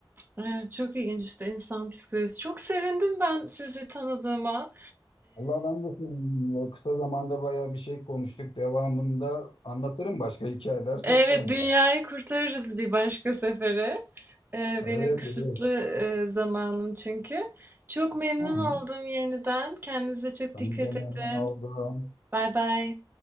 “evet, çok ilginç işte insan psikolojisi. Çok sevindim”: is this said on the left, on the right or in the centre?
Right